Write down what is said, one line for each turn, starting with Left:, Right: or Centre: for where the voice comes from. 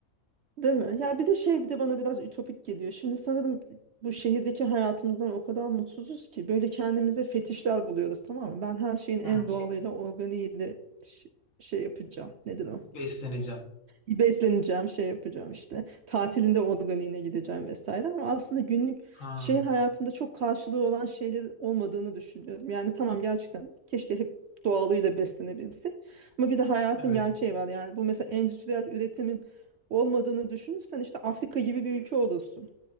Right: değil mi? Ya bir de şey bir de bana biraz ütopik geliyor. Şimdi sanırım bu şehirdeki hayatımızdan o kadar mutsuzuz ki böyle kendimize fetişler buluyoruz tamam mı? Ben her şeyin en
Left: Hı.
Right: doğalıyla, organiğiyle ş- şey yapacağım. Nedir o?
Left: Besleneceğim.
Right: besleneceğim, şey yapacağım işte. Tatilinde organiğine gideceğim vesaire ama aslında günlük
Left: Ha.
Right: şehir hayatında çok karşılığı olan şeyler olmadığını düşünüyorum. Yani tamam gerçekten keşke hep doğalıyla beslenebilsek. Ama bir de hayatın
Left: Evet.
Right: gerçeği var. Yani bu mesela endüstriyel üretimin olmadığını düşünürsen işte Afrika gibi bir ülke olursun.